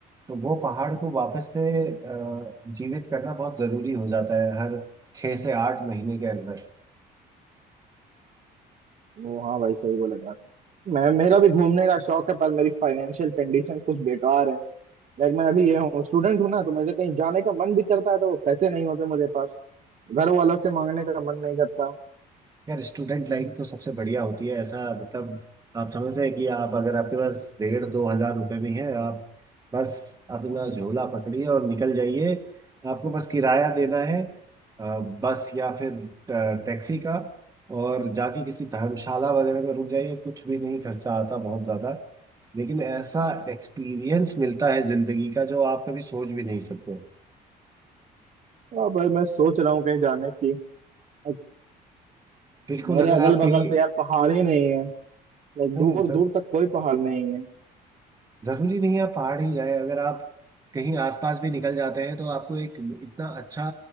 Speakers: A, on the right; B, on the right.
A: तो वो पहाड़ को वापस से अ, जीवित करना बहुत जरूरी हो जाता है हर छः से आठ महीने के अंदर
B: ओ हाँ भाई सही बोले यार मैं मेरा भी घूमने का शौक है पर मेरी फाइनेंशियल कंडीशंस कुछ बेकार है लाइक मैं अभी ये हूँ स्टूडेंट हूँ ना तो मुझे कहीं जाने का मन भी करता है तो पैसे नहीं होते मुझे पास घर वालों से मांगने का मन नहीं करता
A: यार स्टूडेंट लाइफ तो सबसे बढ़िया होती है ऐसा मतलब आप समझ रहे हैं कि आप अगर आपके पास डेढ़ दो हजार रुपए भी हैं आप बस अपना झोला पकड़िए और निकल जाइए आपको बस किराया देना है अ, बस या फिर अ, टैक्सी का और जाके किसी धर्मशाला वगैरह में रुक जाइए कुछ भी नहीं खर्चा आता बहुत ज़्यादा लेकिन ऐसा एक्सपीरियंस मिलता है ज़िंदगी का जो आप कभी सोच भी नहीं सकते
B: अब भाई मैं सोच रहा हूँ कहीं जाने की Like,
A: बिल्कुल
B: मेरे
A: अगर
B: अगल
A: आप
B: बगल
A: कहीं
B: तो यार पहाड़ ही नहीं है लाइक
A: नहीं
B: दूर
A: सर
B: दूर तक कोई पहाड़ नहीं है
A: जरूरी नहीं है आप पहाड़ ही जाए अगर आप कहीं आसपास भी निकल जाते हैं तो आपको एक इतना अच्छा